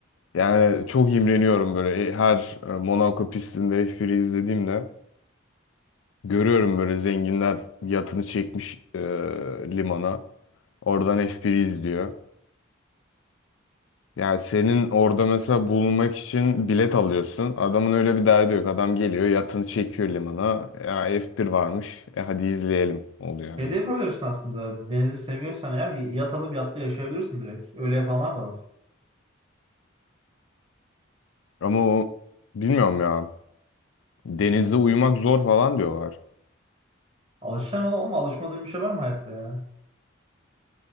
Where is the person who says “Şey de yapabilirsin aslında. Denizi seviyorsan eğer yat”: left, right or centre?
Right